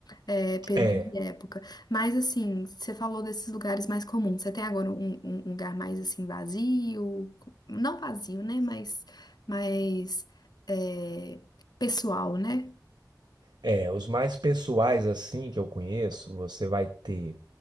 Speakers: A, on the left; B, on the right.
A: É, perda
B: é,
A: de época. Mas assim, você falou desses lugares mais comuns. Você tem agora um, um- um lugar mais assim vazio, não vazio, né? Mas mais é, pessoal, né?
B: é, os mais pessoais assim que eu conheço, você vai ter,